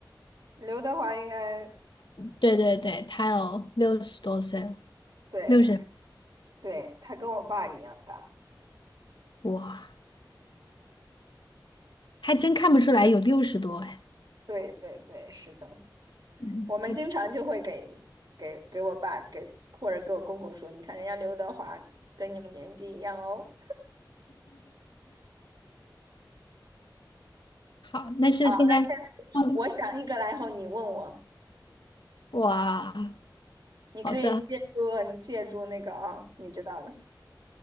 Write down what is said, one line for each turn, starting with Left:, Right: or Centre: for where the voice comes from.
Right: 刘德华应该
Left: 对对对，他有六十多岁了，
Right: 对
Left: 六十，
Right: 对，他跟我爸一样大。
Left: 哇，还真看不出来有六十多哎。
Right: 对对对，是的，
Left: 嗯，
Right: 我们经常就会给给给我爸给或者给我公公说，
Left: 还挺
Right: 你看人家刘德华跟你们年纪一样哦。
Left: 好。那是现在，
Right: 好，那现在
Left: 嗯。
Right: 我想一个来后，你问我。
Left: 哇，
Right: 你可以借助你借助那个啊，
Left: 好的，
Right: 你知道的。